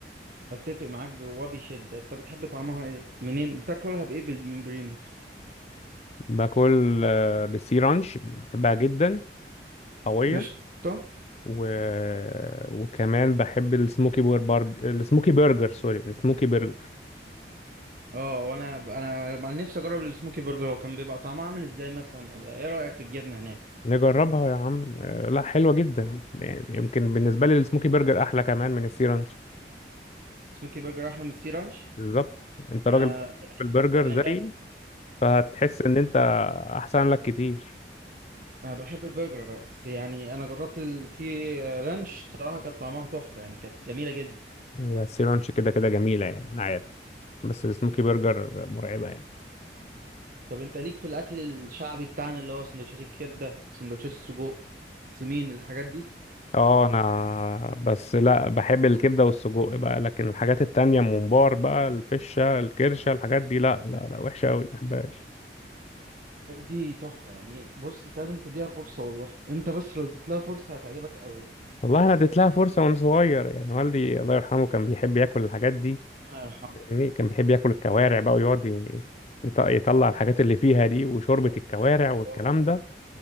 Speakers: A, on the right; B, on the left.
A: اتفق معاك ب- وبشدة انت بتحب طعمها ايه منين بتاكلها بايه بال- من بريموس
B: باكل آه، بالسي رانش بحبها جدا قوية
A: ده قشطة
B: و... وكمان بحب السموكي بور بارب... السموكي برجر سوري السموكي برجر
A: اه وانا انا مع نفسي اجرب السموكي برجر هو كان بيبقى طعمه عامل ازاي مثلا ولا ايه رايك في الجبنه هناك
B: نجربها يا عم آه، لا حلوة جدا يعني يمكن بالنسبة لي السموكي برجر أحلى كمان من السي رانش
A: سموكي برجر احلى من السي رانش
B: بالظبط انت
A: انا
B: راجل بتحب
A: يعني
B: البرجر
A: انا اكلت
B: زيي فهتحس ان انت احسن لك كتير
A: انا بحب البرجر بس يعني انا جربت السي رانش صراحه كانت طعمها تحفه يعني كانت جميله جدا
B: هي السي رانش كده كده جميلة يعني انا عارف بس السموكي برجر مرعبة يعني.
A: طب انت ليك في الاكل الشعبي بتاعنا اللي هو سندوتشات الكبده سندوتشات السجق السمين الحاجات دي
B: اه انا بس لا بحب الكبده والسجق بقى لكن الحاجات التانية الممبار بقى الفشه الكرشه الحاجات دي لا لا لا وحشه قوي ما بحبهاش
A: دي تحفة يعني بص انت لازم تديها فرصة والله انت بس لو اديت لها فرصة هتعجبك قوي يعني
B: والله انا اديت لها فرصه وانا صغير يعني والدي الله يرحمه كان بيحب ياكل الحاجات دي
A: ربنا يرحمه
B: فاهمني؟ كان بيحب ياكل الكوارع بقى ويقعد ي- يط- يطلع الحاجات اللي فيها دي وشوربه الكوارع والكلام
A: آه.
B: ده